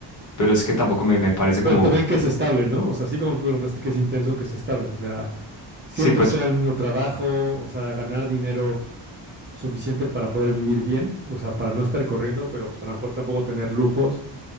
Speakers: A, on the left (about 40°); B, on the right (about 25°).
A: pero es que tampoco me, me parece
B: Pero
A: como,
B: también que
A: como-
B: es estable, ¿no? O sea, así como tú preguntaste que es intenso, que es estable. O sea, siempre
A: sí, pues
B: estar en el mismo trabajo, o sea, ganar dinero suficiente para poder vivir bien, o sea, para no estar corriendo, pero pues a lo mejor tampoco tener lujos.